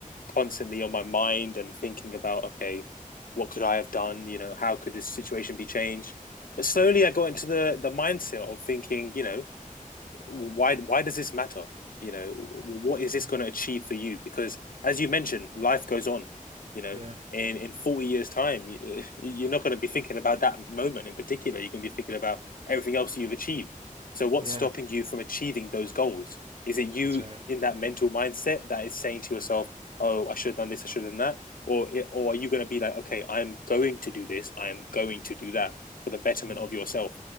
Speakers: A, on the left (about 80°); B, on the right (about 45°).
A: constantly on my mind and thinking about, okay, what could I have done? You know, how could this situation be changed? But slowly I got into the the mindset of thinking, you know, why why does this matter? You know, what is
B: mm,
A: this going to achieve for you? Because as you mentioned, life goes on. You know,
B: yeah,
A: in in forty years' time, you, are not going to be thinking about that moment in particular. You're going to be thinking about everything else you've achieved. So, what's
B: yeah,
A: stopping you from achieving those goals? Is it you
B: that's right.
A: in that mental mindset that is saying to yourself, "Oh, I should have done this. I should have done that." Or, or are you going to be like, okay, I'm going to do this, I am going to do that for the betterment
B: Mm,
A: of yourself?